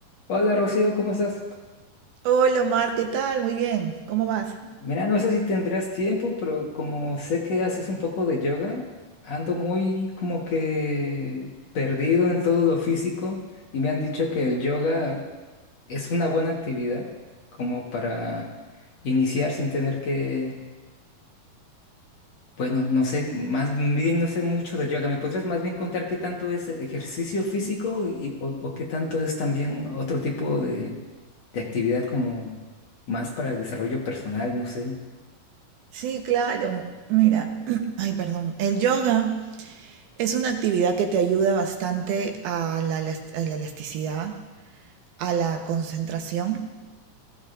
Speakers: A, on the left; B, on the right.
A: Hola Rocío, ¿cómo estás?
B: Hola Omar, ¿qué tal? Muy bien, ¿cómo vas?
A: Mira, no sé si tendrás tiempo, pero como sé que haces un poco de yoga, ando muy como que perdido en todo lo físico y me han dicho que el yoga es una buena actividad como para iniciar sin tener que, bueno, no sé, más bien no sé mucho del yoga. ¿Me podrías más bien contar qué tanto es ejercicio físico y, o, o qué tanto es también otro tipo de, de actividad como más para el desarrollo personal, no sé?
B: Sí, claro. Mira, <clears throat> ay, perdón. El yoga es una actividad que te ayuda bastante a la, elas- a la elasticidad, a la concentración,